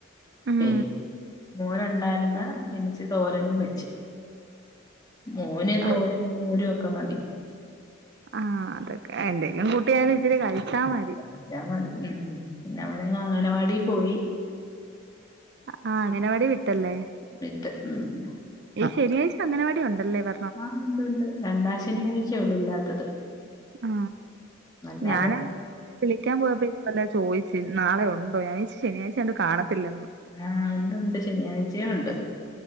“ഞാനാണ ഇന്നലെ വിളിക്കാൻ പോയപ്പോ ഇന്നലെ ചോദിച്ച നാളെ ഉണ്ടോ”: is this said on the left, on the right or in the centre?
Right